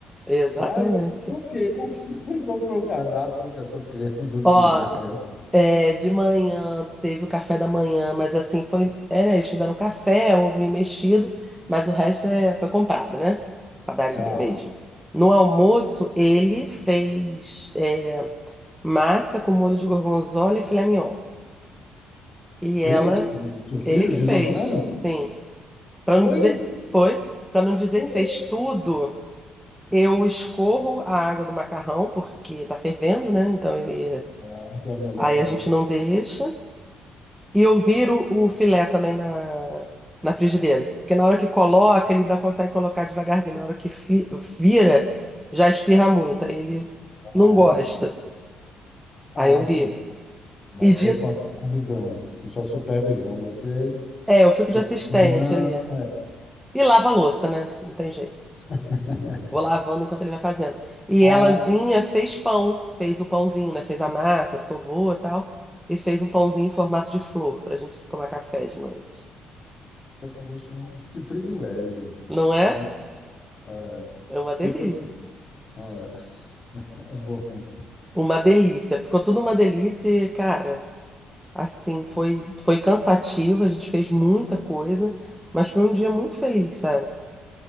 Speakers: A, in the centre; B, on the left.
A: exatamente.
B: sai. O quê? Qual <laughs> qual foi o cardápio que essas crianças
A: Ó,
B: fizeram?
A: É, de manhã teve o café da manhã, mas assim foi. Era, eles fizeram café, ovinho mexido, mas o resto é, foi comprado, né? Padaria
B: Tá.
A: mesmo. No almoço, ele fez é, massa com molho de gorgonzola e filé mignon. E ela,
B: Ele, seu filho
A: ele que
B: de
A: fez,
B: nove anos,
A: sim. Para
B: foi?
A: não dizer, foi, para não dizer
B: Foi.
A: que fez tudo, eu escorro a água do macarrão, porque tá fervendo, né? Então ele.
B: Ah, então é melhor
A: Aí
B: evitar.
A: a gente não deixa. E eu viro o filé também na, na frigideira. Porque na hora que coloca, ele ainda consegue colocar devagarzinho. mas Na hora que fi- vira, já espirra muito. Aí ele
B: Ah,
A: não gosta.
B: ah,
A: Aí eu viro.
B: que bom. Mas
A: E de,
B: foi com a supervisão, com sua supervisão. Você
A: é, eu fico
B: supervisionando,
A: de assistente ali.
B: é.
A: E lava a louça, né? Não tem jeito.
B: <laughs>
A: Vou lavando enquanto ele vai fazendo. E
B: Ah,
A: elazinha fez pão. Fez o pãozinho, né? Fez a massa, sovou e tal. E fez um pãozinho em formato de flor pra gente tomar café de noite.
B: Poxa, que privilégio.
A: Não é?
B: Então, é,
A: É uma
B: fiquei
A: delícia.
B: com. Ah, <laughs> é bom,
A: Uma delícia, ficou tudo uma delícia, e, cara. Assim, foi foi cansativo, a gente fez muita coisa, mas foi um dia muito feliz, sabe?